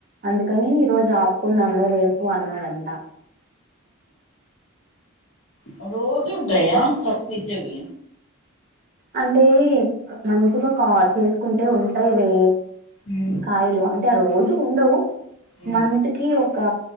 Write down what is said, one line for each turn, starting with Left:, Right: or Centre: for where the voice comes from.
Right: అందుకని ఈ రోజు ఆపుకుందాంలే రేపు అన్నాడంట
Left: ఆ రోజ డయా సీ అవి
Right: అంటే మంచిగా కా చేసుకుంటే ఉంటాయి రే
Left: ఉ
Right: కాయలు అంటే ఆ రోజు ఉండవు
Left: ఉ
Right: మంత్ కి ఇకా